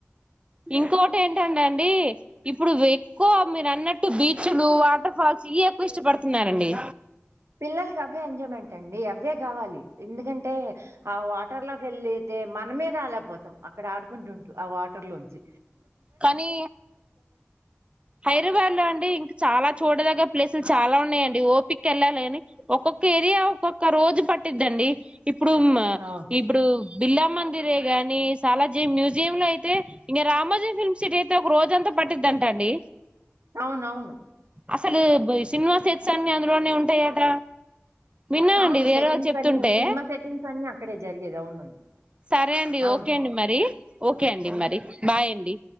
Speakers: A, on the right; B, on the right.
A: ఇంకోటి ఏంటంటే అండి ఇప్పుడు ఎక్కువ మీరు అన్నట్టు బీచ్లు వాటర్ ఫాల్స్ ఇయే ఎక్కువ ఇష్టపడుతున్నారండి.
B: పిల్లలకి అవే ఎంజాయ్మెంట్ అండి. అవ్వే గావాలి ఎందుకంటే ఆ వాటర్ లోకి వెళ్ళితే మనమే రాలేకపోతాం. అక్కడ ఆడుకుంటుంటూ ఆ వాటర్ లోంచి
A: కానీ హైదరాబాద్ లో అండి ఇంక చాలా చూడదగ్గ ప్లేసులు చాలా ఉన్నాయండి. ఓపిగ్గా వెళ్ళాలి గాని ఒక్కొక్క ఏరియా ఒక్కొక్క రోజు పట్టిద్దండి. ఇప్పుడు మ్
B: అవును.
A: ఇప్పుడు బిర్లా మందిరే గాని సాలార్జంగ్ మ్యూజియం లో అయితే ఇంక రామజ ఫిల్మ్ సిటీ అయితే ఒక రోజంతా పట్టిద్దంట అండి.
B: అవునవును.
A: అసలు బ్ ఈ సినిమా సెట్స్ అన్ని అందులోనే ఉంటాయట. విన్నానండి
B: అవును
A: వేరే
B: సెట్టింగ్స్
A: వాళ్ళు చెప్తుంటే
B: అన్ని సినిమా సెట్టింగ్స్ అన్ని అక్కడే జరిగేది అవునండి.
A: సరే అండి
B: అవును.
A: ఓకే అండి మరి ఓకే అండి మరి బాయ్ అండి.